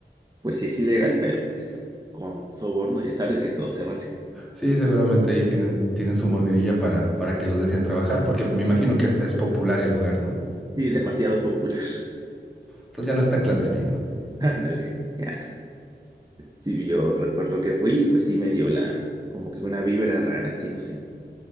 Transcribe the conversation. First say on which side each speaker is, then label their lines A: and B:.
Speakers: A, on the right (about 20°); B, in the centre.
A: Pues sí es ilegal, pero pues con soborno ya sabes que todo se vale.
B: Sí, seguramente ahí tienen, tienen su mordidilla para, para que los dejen trabajar, porque me imagino que hasta es popular el lugar, ¿no?
A: Y demasiado popular.
B: Entonces ya no es tan clandestino.
A: <laughs> Ándale, ya. Sí, yo recuerdo que fui, pues sí me dio la, como que una vibra rara, sí, no sé.